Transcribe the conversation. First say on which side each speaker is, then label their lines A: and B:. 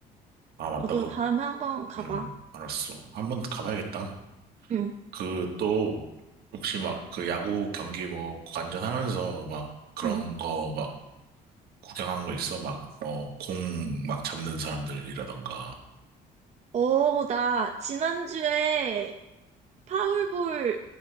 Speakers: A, on the right; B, on the right.
A: 아, 맞다.
B: 너도
A: 그,
B: 다음에 한번 가봐.
A: 음, 알았어. 한번 가봐야겠다.
B: 응.
A: 그, 또, 혹시 막 그 야구 경기 뭐 관전하면서 막 그런
B: 응.
A: 거 막 구경한 거 있어? 막, 어, 공 막 잡는 사람들이라던가.
B: 어, 나 지난주에 파울볼